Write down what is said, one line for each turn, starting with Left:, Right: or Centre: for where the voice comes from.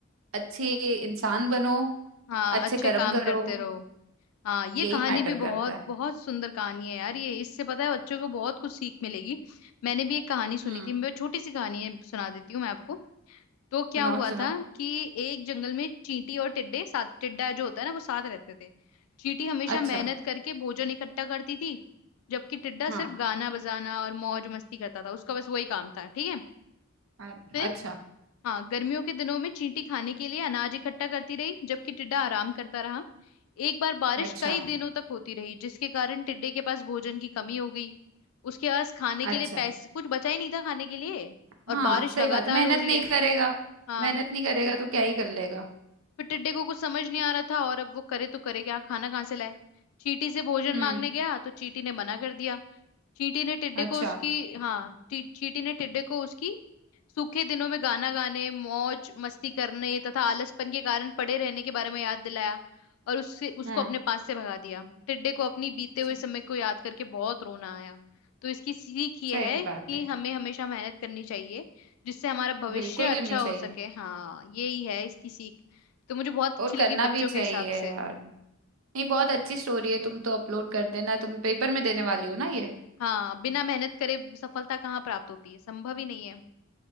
Right: अच्छे इंसान बनो
Left: हाँ
Right: अच्छे
Left: अच्छे
Right: कर्म
Left: काम
Right: करो
Left: करते रहो हाँ ये
Right: यही
Left: कहानी
Right: मैटर
Left: भी बहुत
Right: करता है
Left: बहुत सुंदर कहानी है यार ये इससे पता है बच्चों को बहुत कुछ सीख मिलेगी मैंने भी एक कहानी सुनी
Right: हम्म
Left: थी मैं छोटी सी कहानी है सुना देती हूँ मैं आपको तो क्या
Right: सुनाओ
Left: हुआ
Right: सुनाओ
Left: था कि एक जंगल में चींटी और टिड्डे साथ टिड्डा जो होता है ना वो साथ रहते थे चींटी हमेशा
Right: अच्छा
Left: मेहनत करके भोजन इकट्ठा करती थी जबकि टिड्डा
Right: हाँ
Left: सिर्फ गाना बजाना और मौज मस्ती करता था उसका बस वही काम था ठीक
Right: अ-
Left: है
Right: अच्छा
Left: हाँ गर्मियों के दिनों में चींटी खाने के लिए अनाज इकट्ठा करती रही जबकि टिड्डा आराम करता रहा एक बार बारिश
Right: अच्छा
Left: कई दिनों तक होती रही जिसके कारण टिड्डे के पास भोजन की कमी हो गई उसके पास खाने
Right: अच्छा
Left: के लिए पैसे कुछ बचा ही नहीं था खाने के लिए और
Right: हाँ
Left: बारिश
Right: सही
Left: लगातार
Right: बात है मेहनत
Left: हो रही
Right: नहीं
Left: है
Right: करेगा
Left: हाँ
Right: मेहनत नहीं करेगा तो क्या ही कर लेगा
Left: फिर टिड्डे को कुछ समझ नहीं आ रहा था और अब वो करे तो करे क्या खाना कहाँ से लाए चींटी से भोजन
Right: हम्म
Left: मांगने गया तो चींटी ने मना कर दिया चींटी ने टिड्डे
Right: अच्छा
Left: को उसकी हाँ टी, चींटी ने टिड्डे को उसकी सूखे दिनों में गाना गाने मौज मस्ती करने तथा आलसपन के कारण पड़े रहने के बारे में याद दिलाया और उससे उसको
Right: हम्म
Left: अपने पास से भगा दिया टिड्डे को अपनी बीते हुए
Right: स-
Left: समय को याद करके बहुत रोना आया तो इसकी सीख ये
Right: सही
Left: है
Right: बात
Left: कि
Right: है
Left: हमें हमेशा मेहनत करनी चाहिए जिससे हमारा भविष्य
Right: बिल्कुल
Left: अच्छा
Right: करनी
Left: हो
Right: चाहिए
Left: सके हाँ यही है इसकी सीख तो मुझे बहुत अच्छी
Right: और
Left: लगी
Right: करना
Left: बच्चों
Right: भी चाहिए
Left: के हिसाब से
Right: यार नहीं बहुत अच्छी स्टोरी है तुम तो अपलोड कर देना तुम पेपर में देने वाली हो ना ये
Left: हाँ बिना मेहनत करे सफलता कहाँ प्राप्त होती है संभव ही नहीं है